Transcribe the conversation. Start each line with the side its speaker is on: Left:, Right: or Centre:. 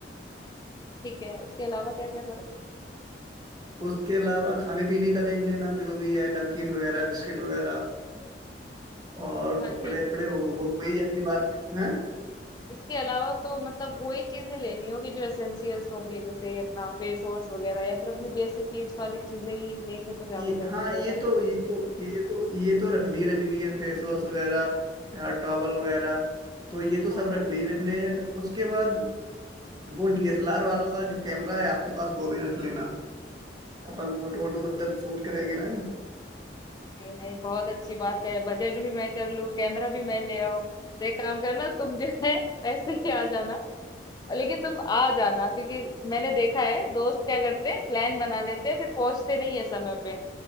Left: ठीक है उसके अलावा क्या क्या करूँ
Right: उसके अलावा खाने पीने का देख लेना जो भी है नमकीन वगैरह बिस्किट वगैरह और
Left: हाँ
Right: कपड़े
Left: ठीक
Right: वपड़े
Left: है
Right: हो, हो ही जाएंगे बात है
Left: इसके अलावा तो मतलब वही चीजें लेनी होगी जो एसेंशियल्स होंगी जैसे अपना फेस वॉश वगैरह या फिर अपनी बेसिक नीड्स वाली चीजें ही लेंगे तो ज्यादा
Right: ये
Left: बेहतर
Right: हाँ ये
Left: रहेगा है
Right: तो
Left: ना
Right: ये तो ये तो ये तो रखनी ही रखनी है फेस वॉश वगैरह या टॉवल वगैरह तो ये तो
Left: हाँ
Right: सब
Left: हाँ
Right: रखने ही रखने हैं उसके बाद वो डीएसएलआर वाला जो कैमरा है आपके पास वो भी रख लेना अपन फोटो वोटो बदल शूट करेंगे ना नहीं
Left: नहीं नहीं बहुत अच्छी बात है बजट भी मैं कर लूँ कैमरा भी मैं ले आऊँ तो एक काम करना तुम जो है पैसे ले आ जाना लेकिन तुम आ जाना क्योंकि मैंने देखा है दोस्त क्या करते हैं प्लान बना लेते हैं फिर पहुंचते नहीं है समय पे